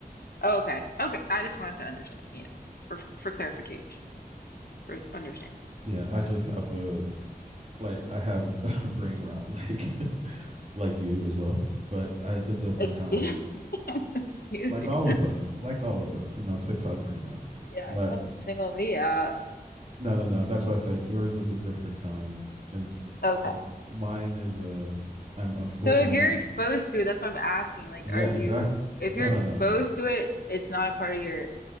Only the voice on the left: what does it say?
Oh, okay. Okay. I just wanted to understand, you know, for for clarification, for understand.
So,
go-
excuse,
<laughs> excuse
you.
<gasps>
Yeah,
don't single me out.
Okay.
So if you're exposed to it, that's what I'm asking. Like,
are you,
if
you're
exposed
to it, it's not a part of your,